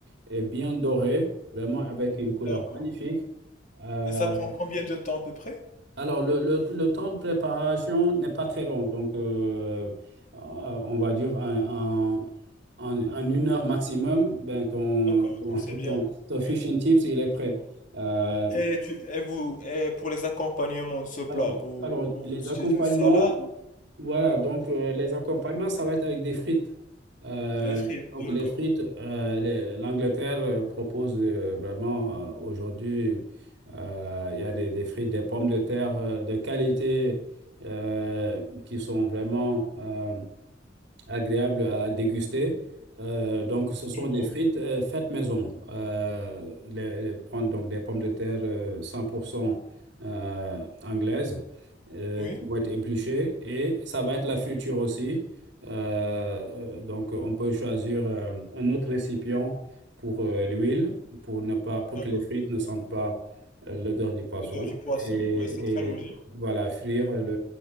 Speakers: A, on the right; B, on the left.
A: et bien doré, vraiment avec une couleur
B: D'accord.
A: magnifique. Euh,
B: Et ça prend combien de temps à peu près?
A: alors, le, le- le temps de préparation n'est pas très long. Donc, euh, euh, on va dire en, en- en- en une heure maximum, ben, ton,
B: D'accord,
A: ton,
B: donc
A: <laughs>
B: c'est bien.
A: ton- ton fish
B: Ouais.
A: and chips, il est prêt. Euh,
B: Et, tu, et vous, et pour les accompagnements de ce plat,
A: Alors,
B: vous,
A: alors,
B: vous,
A: les
B: vous utilisez
A: accompagnements,
B: une salade ou
A: voilà, donc euh, les accompagnements, ça va être avec des frites. Euh,
B: un frit,
A: donc
B: d'accord.
A: les frites, euh, les- l'Angleterre euh, propose euh, vraiment euh, aujourd'hui, euh, il y a des, des frites, des pommes de terre euh, de qualité euh, qui sont vraiment euh, agréable à déguster. Euh, donc, ce sont
B: Je vois.
A: des frites euh, faites maison. Euh, les- les- prendre donc des pommes de terre euh, 100% euh, anglaises euh,
B: Oui,
A: qui vont être épluchées et ça va être la friture aussi. Euh, euh, donc, on peut choisir euh, un autre récipient pour euh, l'huile pour ne pas pour
B: d'accord.
A: que les frites ne sentent pas euh, l'odeur du poisson
B: Le Dans du poisson,
A: et,
B: ouais, c'est très logique.
A: et voilà frire le,